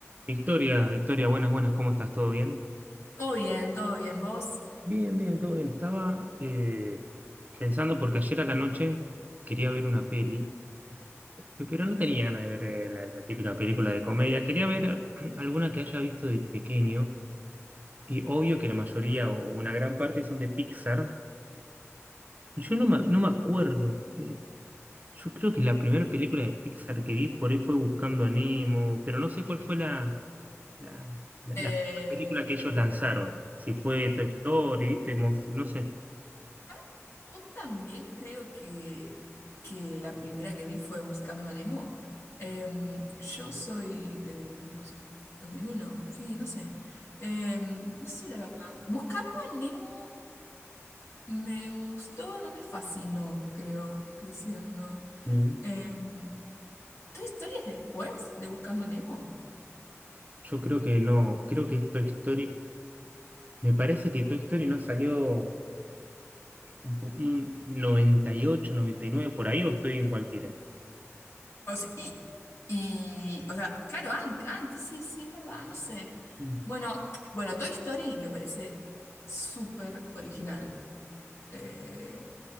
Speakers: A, on the right (about 35°); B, on the left (about 65°).
A: Victoria, Victoria, buenas, buenas, ¿cómo estás? ¿Todo bien?
B: Todo bien, todo bien. Vos,
A: Bien, bien, todo bien. Estaba eh, pensando porque ayer a la noche quería ver una peli, pe- pero no tenía ganas de ver eh, la, la típica película de comedia. Quería ver <clears throat> alguna que haya visto de pequeño y obvio que la mayoría o una gran parte son de Pixar. Y yo no me, no me acuerdo. eh, yo creo que la primera película de Pixar que vi por ahí fue Buscando a Nemo, pero no sé cuál fue La, la-
B: eh,
A: la película que ellos lanzaron, si fue Toy Story, ¿viste? Monster, no sé.
B: ¿sabes? Yo también creo que, que la primera que vi fue Buscando a Nemo. Em, yo soy del dos- 2001, sí, no sé. Em, no sé la verdad. Buscando a Nemo me gustó, no me fascinó, creo, creciendo.
A: Mm,
B: Em, ¿Toy Story es después de Buscando a Nemo?
A: Yo creo que no, creo que es Toy Story. Me parece que Toy Story no salió un, po- un 98, 99 por ahí o estoy en cualquiera.
B: O sea, y, y, o sea, claro, antes, antes, sí, sí, es verdad, no sé.
A: Mm.
B: Bueno, bueno, Toy Story me parece súper original. Eh,